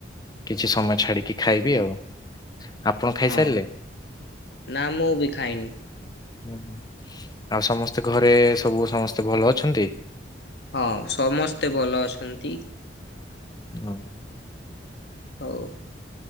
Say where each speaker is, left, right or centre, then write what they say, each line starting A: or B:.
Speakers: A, on the left (about 20°); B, on the left (about 65°).
A: କିଛି ସମୟ ଛାଡିକି ଖାଇବି ଆଉ ଆପଣ ଖାଇସାରିଲେ?
B: ହଁ ନା ମୁଁ ବି ଖାଇନି।
A: ହୁଁ ଆଉ ସମସ୍ତେ ଘରେ ସବୁ ସମସ୍ତେ ଭଲ ଅଛନ୍ତି।
B: ହଁ ସମସ୍ତେ ଭଲ ଅଛନ୍ତି।
A: ହଁ।
B: ହଉ